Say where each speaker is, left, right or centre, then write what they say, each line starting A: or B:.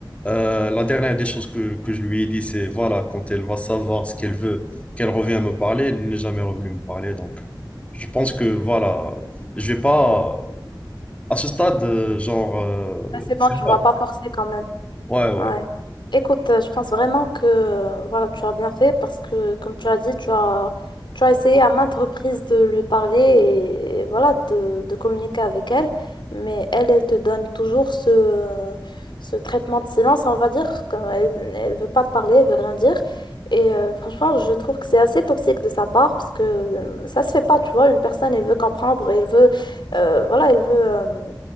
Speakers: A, on the left; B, on the left.
A: Euh, la dernière des choses que, que je lui ai dit, c'est voilà, quand elle va savoir ce qu'elle veut, qu'elle revienne me parler. Elle n'est jamais revenue me parler, donc euh, je pense que voilà, je vais pas à ce stade, euh, genre euh,
B: Ben, c'est bon,
A: c'est
B: tu
A: bon.
B: vas pas forcer quand même.
A: Ouais, ouais.
B: Ouais. Écoute, euh, je pense vraiment que euh, voilà, tu as bien fait parce que, comme tu as dit, tu as, tu as essayé à maintes reprises de lui parler et voilà, de, de communiquer avec elle, mais elle, elle te donne toujours ce, ce traitement de silence, on va dire, comme elle, elle veut pas te parler, elle veut rien dire. Et euh, franchement, je trouve que c'est assez toxique de sa part parce que euh, ça se fait pas, tu vois, une personne, elle veut comprendre, elle veut, euh, voilà, elle veut. euh,